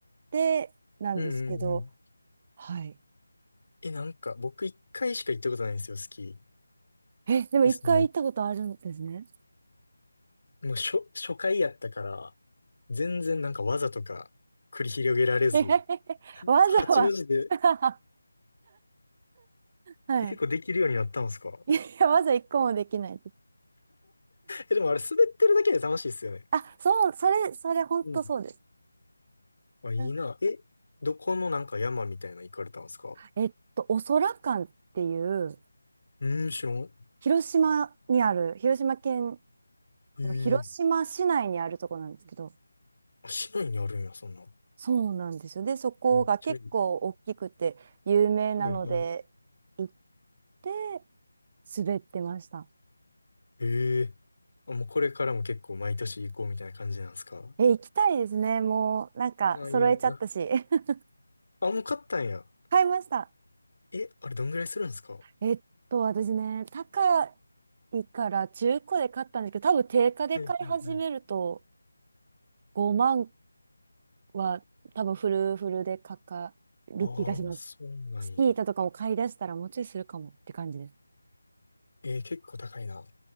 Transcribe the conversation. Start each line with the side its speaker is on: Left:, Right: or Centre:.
Right: て、なんですけど、
Left: うんうんうん。
Right: はい。
Left: え、なんか、僕一回しか行ったことないんですよ、スキー。
Right: え、でも一回行ったことあるんですね。
Left: でその、もう初、初回やったから、全然なんか技とか繰り広げられず、
Right: <laughs> えへへへわざわ、
Left: 8の字で、
Right: <laughs> はい。
Left: え結構できるようになったんですか
Right: いや、わざ一個もできないです。
Left: え、でもあれ滑ってるだけで楽しいっすよね。
Right: あ、そう、それ、それ、本当そうです。
Left: うん。あ、いいな。
Right: うん
Left: え、どこのなんか山みたいなの行かれたんですか
Right: えっと、お空館っていう、
Left: うーん、知らん。
Right: 広島にある、広島県
Left: へえ。
Right: の広島市内にあるところなんですけど、
Left: あ、市内にあるんや、そんな。
Right: そうなんですよ。で、そこが結構大きくて有名なので、
Left: めっちゃいい。はいはい。
Right: 行って滑ってました。
Left: へえ。あ、もうこれからも結構毎年行こうみたいな感じなんですか
Right: え、行きたいですね。もう、なんか、
Left: あ、
Right: 揃えちゃったし。
Left: いいな。
Right: <laughs>
Left: あ、もう買ったんや。
Right: 買いました。
Left: え、あれどんぐらいするんですかは
Right: えっと、私ね、高いから中古で買ったんですけど、多分定価で買い始めると
Left: いはいはい。
Right: 5万は多分フルフルでかかる気がします。
Left: ああー、そうなんや。
Right: スキー板とかも買い出したらもうちょいするかもって感じです。
Left: えー、結構高いな。